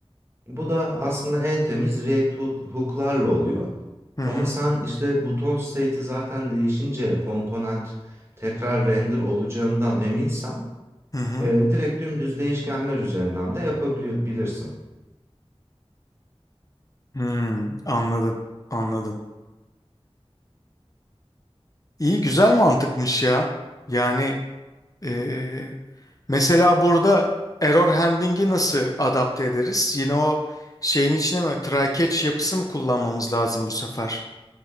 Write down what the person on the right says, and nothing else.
Bu da aslında en temiz React hook- hook'larla oluyor.
Ama sen işte buton state'i zaten değişince komponent tekrar render olacağından eminsen
e, direkt dümdüz değişkenler üzerinden de yapabilirsin.